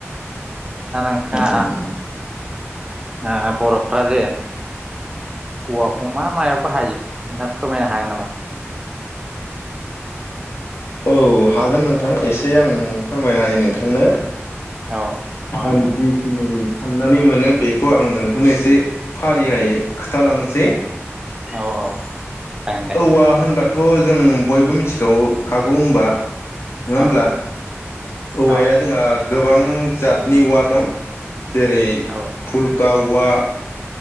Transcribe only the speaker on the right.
दा नोंथाङा?
ओ बर'फ्रा जे औवाखौ मा मायाव बाहायो ना फोरमायनो हागोन नामा?
औ
औ औ जागोन दे
औ
औ
औ